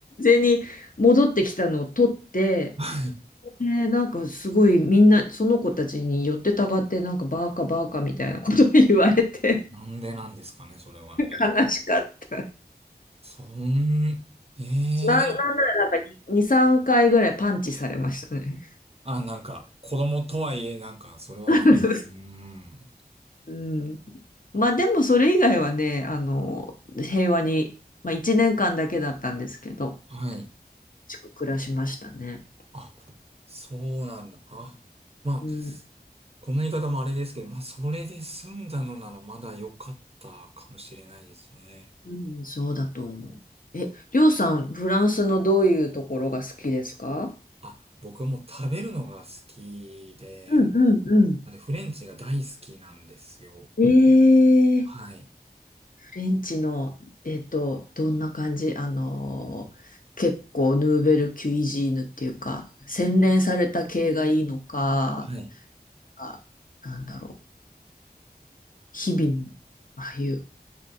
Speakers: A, on the left; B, on the right.
A: に戻ってきたのを取って、
B: はい。
A: で、なんかすごいみんな、その子たちに寄ってたがって、なんかバーカバーカみたいなことを言われて、
B: なんでなんですかね、それはね。
A: 悲しかった。
B: そん、ええー
A: なん、なんならなんか2、2 3回ぐらいパンチされましたね。
B: あ、なんか、子供とはいえ、なんか、それは、
A: <laughs>
B: うーん。
A: うん。まあでもそれ以外はね、あの、平和に、まあ1年間だけだったんですけど、
B: はい。
A: しく暮らしましたね。
B: あ、そうなんだ。あ、まあ、
A: うん、
B: こんな言い方もあれですけど、まあ、それで済んだのならまだ良かったかもしれないですね。
A: うん、そうだと思う。え、りょうさん、フランスのどういうところが好きですか
B: あ、僕はもう食べるのが好きで、
A: うんうんうん。
B: なんでフレンチが大好きなんですよ。
A: えー。
B: はい。
A: ベンチの、えっと、どんな感じあのー、結構ヌーベル・キュイジーヌっていうか、洗練された系がいいのか、
B: はい。
A: あ、なんだろう。日々、ああいう